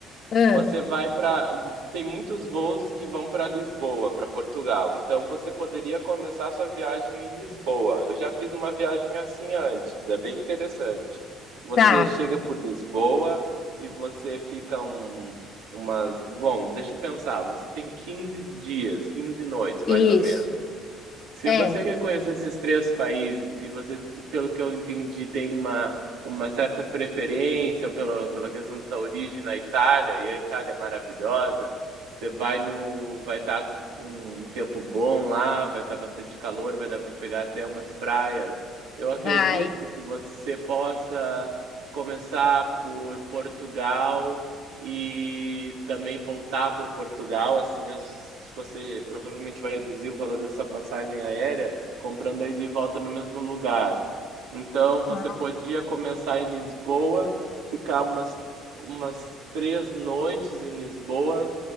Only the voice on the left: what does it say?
Ah,
tá,
isso.
É,
vai.
Ah,